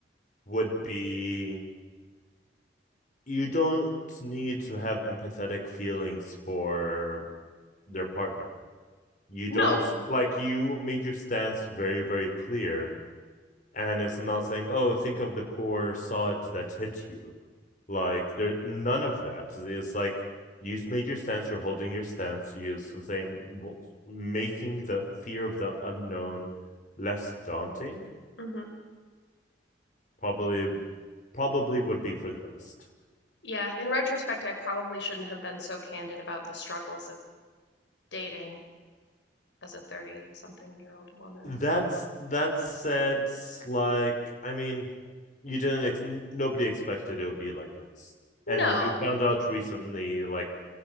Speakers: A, on the left; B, on the left.
A: would be you don't need to have empathetic feelings for their partner. You
B: No.
A: don't like you made your stance very, very clear and it's not saying, "Oh, think of the poor sod that hit you." Like there's none of that. It's like you've made your stance, you're holding your stance, you're saying, well, making the fear of the unknown less daunting.
B: hmm
A: Probably, probably would be for the best.
B: Yeah, in retrospect, I probably shouldn't have been so candid about the struggles of dating as a 30-something-year-old woman.
A: That's that said, like I mean, you didn't ex- nobody expected it would be like this,
B: No.
A: and you found out recently, like